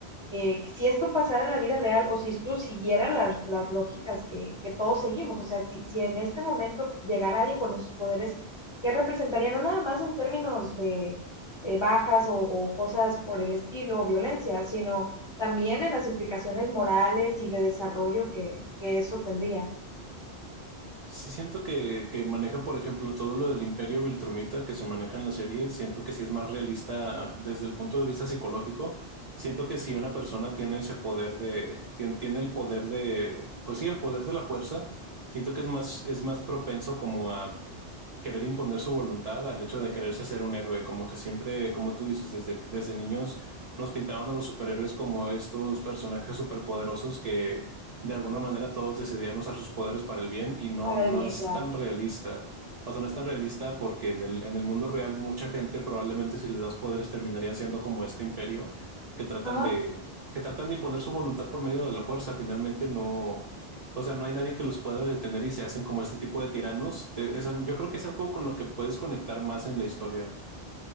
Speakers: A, on the left; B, on the right.
A: eh, si esto pasara en la vida real o si esto siguiera las, las lógicas que, que todos seguimos. O sea, si, si en este momento llegara alguien con esos poderes, ¿qué representaría? No nada más en términos de eh, bajas o, o cosas por el estilo o violencia, sino también en las implicaciones morales y de desarrollo que, que eso tendría.
B: Sí siento que, que maneja, por ejemplo, todo lo del imperio Viltrumita que se maneja en la serie, siento que sí es más realista desde el punto de vista psicológico. Siento que si una persona tiene ese poder de, tien- tiene, el poder de, pues sí, el poder de la fuerza, siento que es más, es más propenso como a querer imponer su voluntad al hecho de quererse ser un héroe, como que siempre, como tú dices, desde, desde niños nos pintaban a los superhéroes como estos personajes superpoderosos que de alguna
A: Ujú,
B: manera todos decidían usar sus poderes para el bien y no,
A: Para
B: no
A: el bien,
B: es
A: claro.
B: tan realista. O sea, no es tan realista porque en el, en el mundo real mucha gente probablemente si les das poderes terminarían siendo como este imperio que tratan
A: Ajá,
B: de, que tratan de imponer su voluntad por medio de la fuerza. Finalmente no, o sea, no hay nadie que los pueda detener y se hacen como este tipo de tiranos. Te- es al- yo creo que es algo con lo que puedes conectar más en la historia.